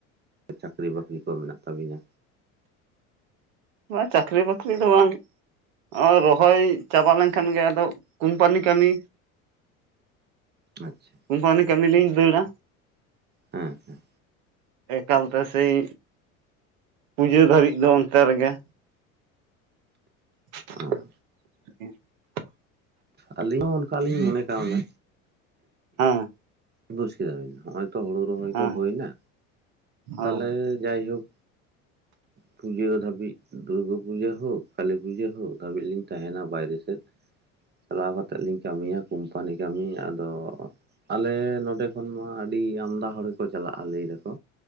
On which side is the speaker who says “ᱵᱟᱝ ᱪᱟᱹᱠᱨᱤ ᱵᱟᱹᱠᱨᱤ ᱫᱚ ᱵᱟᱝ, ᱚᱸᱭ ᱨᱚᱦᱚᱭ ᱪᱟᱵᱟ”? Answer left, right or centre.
Right